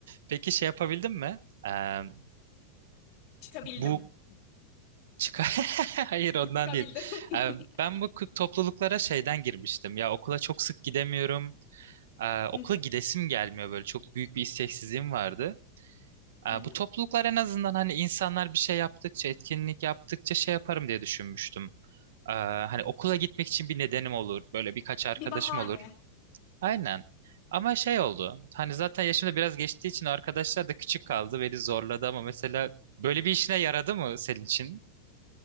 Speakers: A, on the right (about 80°); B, on the left (about 45°).
A: Peki şey yapabildin mi? Ee,
B: Çıkabildim.
A: bu Çıkar. <laughs> Hayır ondan
B: <laughs> Çıkabildim.
A: değil.
B: <laughs>
A: Ee, Ben bu k- topluluklara şeyden girmiştim. Ya okula çok sık gidemiyorum. Ee, Okula
B: Hı hı.
A: gidesim gelmiyor böyle. Çok büyük bir isteksizliğim vardı. Ee,
B: Hı hı.
A: Bu topluluklar en azından hani insanlar bir şey yaptıkça, etkinlik yaptıkça şey yaparım diye düşünmüştüm. Ee, Hani okula gitmek için bir nedenim olur. Böyle birkaç arkadaşım
B: Bir bahane.
A: olur. Aynen. Ama şey oldu. Hani zaten yaşımda biraz geçtiği için arkadaşlar da küçük kaldı. Beni zorladı ama mesela böyle bir işine yaradı mı senin için?